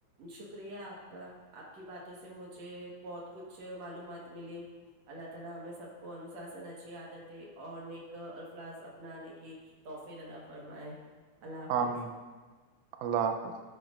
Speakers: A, on the right; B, on the right.
A: شکریہ آپ کا آپ کی باتوں سے مجھے بہت کچھ معلومات ملیں اللہ تعالی ہمیں سب کو انوشاسن اچھی عادت ہے اور نیک الفاظ اپنانے کی توحفے ددا فرمائے اللہ حافظ
B: عام اللہ حافظ